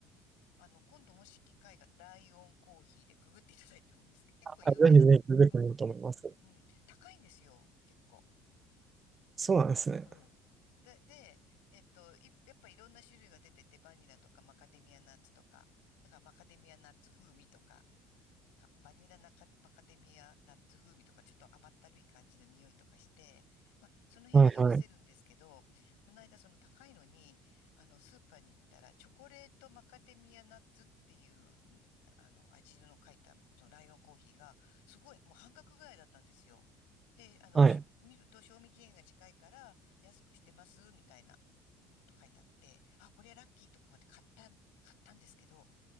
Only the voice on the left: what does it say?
あの、今度もし機会がライオンコーヒーでググっていただいてもいいんですけど、結構有名だ。
うん。うん。高いんですよ。結構。
うん。で、で、えっと、い、やっぱいろんな種類が出てて、バニラとかマカデミアナッツとか、だからマカデミアナッツ風味とか、かバニラナカマカデミアナッツ風味とかちょっと甘ったるい感じの匂いとかして、まあその辺は許せるんですけど、
この間その高いのに、あのスーパーに行ったらチョコレートマカデミアナッツっていう、あの味の書いたそのライオンコーヒーがすごいもう半額ぐらいだったんですよ。で、あの、
し見ると賞味期限が近いから安くしてますみたいなこと書いてあって、あ、これはラッキーとか思って買った買ったんですけど、